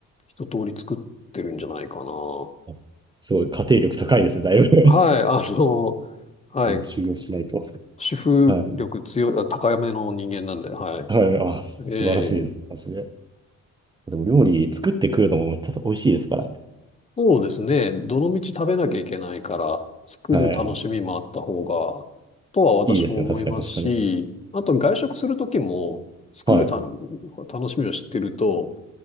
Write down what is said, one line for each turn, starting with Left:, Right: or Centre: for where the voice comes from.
Left: 一通り作ってるんじゃないかな。
Right: あすごい、家庭力高いですね、だいぶ。
Left: はい、あの、
Right: <laughs>
Left: はい、
Right: もう修行しないと。
Left: 主婦力強い、
Right: はい。
Left: あ高めの人間なんで、はい。
Right: はい。あ、す素晴らしいです。
Left: ええ
Right: マジで。でも料理作って食うのもめっちゃ美味しいですからね。
Left: そうですね。どの道食べなきゃいけないから、作る楽しみもあった方が、
Right: はい。
Left: とは私も思いますし、
Right: いいですよ。確かに確かに。
Left: あと外食するときも、作るた楽しみを知ってると、
Right: はい。